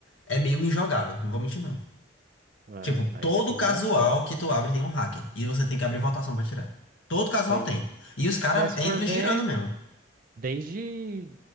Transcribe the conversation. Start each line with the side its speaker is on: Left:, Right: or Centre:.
Left: é meio injogável. Não vou mentir, não.
Right: Ah,
Left: Tipo,
Right: aí
Left: todo
Right: fica embaçado.
Left: casual que tu abre tem um hacker. E você tem que abrir votação pra tirar. Todo casual
Right: Sim.
Left: tem. E os caras
Right: Mas se
Left: entram
Right: for ver,
Left: girando mesmo.
Right: desde